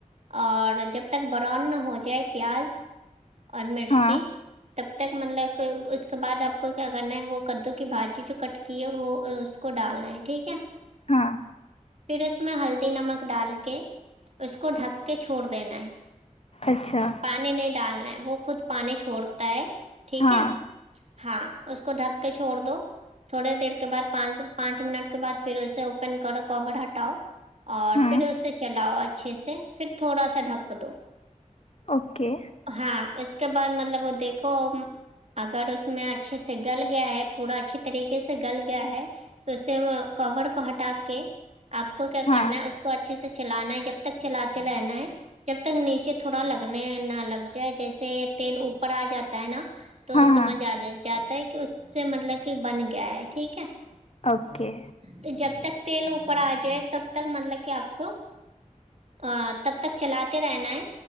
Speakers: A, on the right; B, on the left.
A: اور جب تک برن نہ ہو جائے پیاز اور مرچی
B: ہاں
A: تب تک مطلب اس کے بعد آپ کو کیا کرنا ہے وہ کدو کی بھجی جو کٹ کی ہے وہ اس کو ڈالنا ہے ٹھیک ہے
B: ہاں
A: پھر اس میں ہلدی نمک ڈال کے اس کو ڈھک کے چھوڑ دینا ہے
B: اچھا
A: پانی نہیں ڈالنا ہے وہ خود پانی چھوڑتا ہے ٹھیک
B: ہاں
A: ہے ہاں اس کو ڈھک کے چھوڑ دو تھوڑے دیر کے بد پانچ پانچ منٹ کے بد پھر اسے اوپن کرو کور ہٹاؤ اور
B: ہاں
A: پھر اسے چلاؤ اچھے سے پھر تھوڑا سا ڈھک دو
B: اوکے
A: ہاں اس کے بعد مطلب وہ دیکھو اگر اس میں اچھے سے گل گیا ہے پورا اچھی طریقے سے گل گیا ہے تو اس سے کور کو ہٹا کے آپ کو کیا کرنا
B: ہاں
A: ہے اس کو اچھے سے چلانا ہے جب تک چلاتے رہنا ہے جب تک نیچے تھوڑا لگنے نہ لگ جائے جیسے تیل اوپر آ جاتا ہے نا تو
B: ہاں
A: سمجھ
B: ہاں
A: آ جاتا ہے کہ اس سے مطلب کہ بن گیا ہے ٹھیک ہے
B: اوکے
A: تو جب تک تیل اوپر آ جائے تب تک مطلب کہ آپ کو ا تب تک چلاتے رہنا ہے